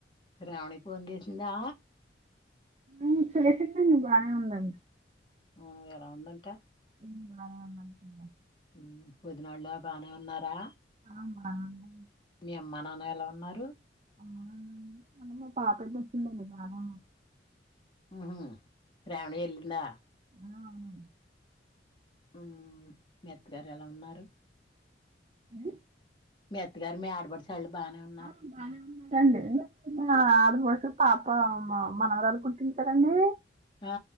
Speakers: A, on the left; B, on the right.
A: శ్రావణి ఫోన్ చేసిందా
B: ఆ సీట్లే బాగానే ఉందండి
A: ఆ ఎలా ఉందంట
B: ఉమ్ బానే ఉంది అంటలే
A: ఉహ్ వదినల్లాగా బానే ఉన్నారా
B: ఆ బానేన్నారు
A: మీ అమ్మా నాన్న ఎలా ఉన్నారు
B: అమ్మ నాన్న మొన్న మా పాప వచ్చింద బాగా
A: ఊ శ్రావణి ఎల్లిందా
B: ఆ అవున
A: ఊ మీ అత్తగారు ఎలా ఉన్నారు.
B: ఆ
A: మీ అత్తగారు మీ ఆడపడుచు చాలు బానేవుంది.
B: ఆ బానే ఉన్నారు రండి మా ఆడపడుచు పాప మ మనవరాలు పుట్టింది కదండి
A: ఆ